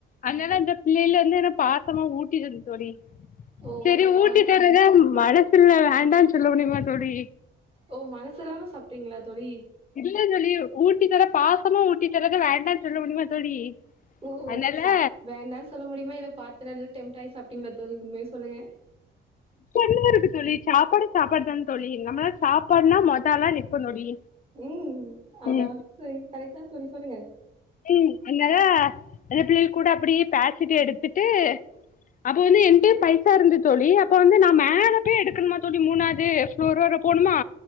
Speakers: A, on the left; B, on the right.
A: அதனால அந்த பிள்ளைலந்து என்ன பாத்தமா ஊட்டிடுது தோழி
B: ஓ
A: செரி
B: பாச
A: ஊட்டிதரத மனசு இல்ல வேண்டான்னு சொல்ல முடியுமா தோழி
B: ஓ மனசில்லாம சாப்ட்டீங்ளா தோழி
A: இதுல தோழி ஊட்டி தர பாசமா ஊட்டி தரத வேண்டான்னு சொல்ல முடியுமா தோழி
B: ஓ
A: அதனால
B: சாப் வேண்டான்னு சொல்ல முடியுமா இல்ல பாத்து நல்லா டெம்டாய் சாப்ட்டீங்ளா தோழி உண்மய சொல்லுங்க
A: இப்ப என்னாருக்கு தோழி சாப்பாடு சாப்பாடு தான தோழி நம்மளா சாப்பாடுனா மொத ஆளா நிப்போ தோழி
B: ம் அதா
A: ம்
B: சரி கரெக்ட்டான் சொல்லி சொல்லுங்க
A: ம் அன்னால அந்த பிள்ளைக கூட அப்டி பேசிட் எடுத்துட்டு அப்ப வந்து என்ட பைசா இருந்து தோழி அப்ப வந்து நான் மேலபோய் எடுக்கணுமா தோழி மூணாது இன்னொருவர போணுமா